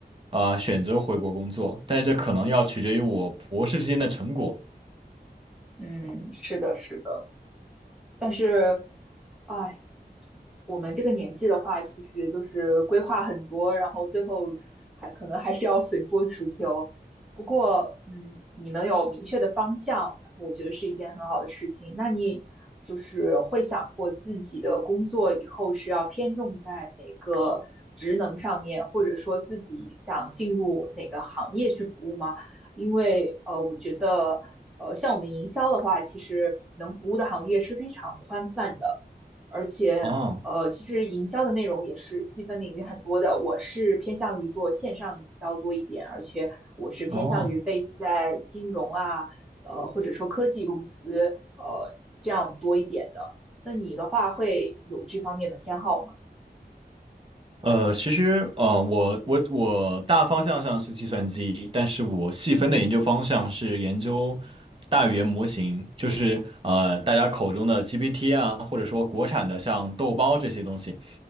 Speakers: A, on the right (about 30°); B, in the centre.
A: 啊选择回国工作，但是这可能要取决于我博士之间的成果。
B: 嗯，是的，是的，但是，哎，我们这个年纪的话，其实就是规划很多，然后最后还可能还是要随波逐流。不过，嗯，你能有明确的方向，然后我觉得是一件很好的事情。那你就是会想过自己的工作以后是要偏重在哪个职能上面，或者说自己想进入哪个行业去服务吗？因为呃，我觉得呃，像我们营销的话，其实能服务的行业是非常宽泛的，而且呃，
A: 哦
B: 其实营销的内容也是细分领域很多的。我是偏向于做线上营销多一点，而且我是偏向于
A: 哦，
B: base 在金融啊，呃，或者说科技公司，呃，这样多一点的。那你的话会有这方面的偏好吗？
A: 呃，其实，呃，我我我大方向上是计算机，但是我细分的研究方向是研究
B: 嗯
A: 大语言模型，就是呃大家口中的
B: 嗯
A: GPT 啊，或者说国产的像豆包这些东西。